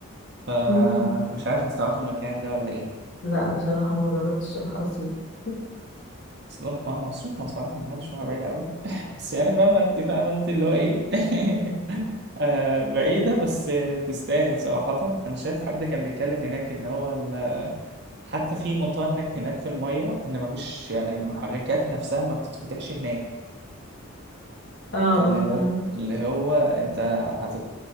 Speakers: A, on the right (about 50°); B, on the left (about 60°).
A: فمش
B: مم.
A: عارف انت تعرف المكان ده ولا ايه
B: لا بصراحة ما جربتش اروح اسيوط <laughs>
A: اصلا ما هو مصروف ما صراحة ما حدش هو بعيدة قوي <laughs> بس يعني فاهمة انت فاهمة انت اللي هو ايه <laughs> آه بعيدة بس تستاهل صراحة انا شايف حد كان بيتكلم هناك ان هو ال... حتى في منطقة هناك هناك في المية ان مفيش يعني المحركات نفسها ما بتتفتحش هناك
B: اه اه
A: اللي
B: فاهمة
A: هو اللي هو انت هتت